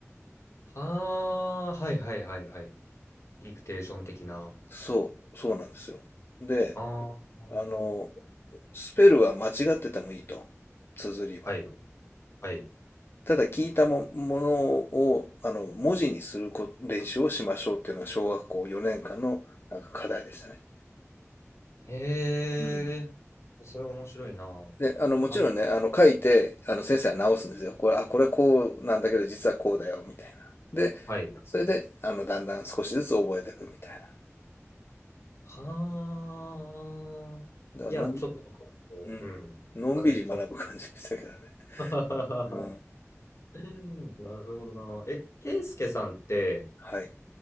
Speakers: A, on the left; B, on the left.
A: はー、はいはいはいはい。ディクテーション的な。
B: そう、そうなんですよ。で、
A: あー、
B: あの、スペルは間違っててもいいと、綴りは。
A: はい。はい。
B: ただ聞いたも、ものを、あの、文字にするこ練習をしましょうっていうのが小学校4年間のなんか課題でしたね。
A: へえ、
B: うん。
A: それ面白いな。
B: で、あの、もちろんね、
A: なんか、
B: あの、書いて、あの、先生は直すんですよ。これ、あ、これこうなんだけど、実はこうだよ、みたいな。で、
A: はい。
B: それで、あの、だんだん少しずつ覚えていくみたい
A: はあ、
B: な。だからのん、
A: いや、ちょっと、
B: う
A: こううん、
B: ん、のんびり学ぶ感じでしたけどね。
A: アジェスション。<laughs>
B: うん。
A: なるほどな。え、ケイスケさんって、
B: はい。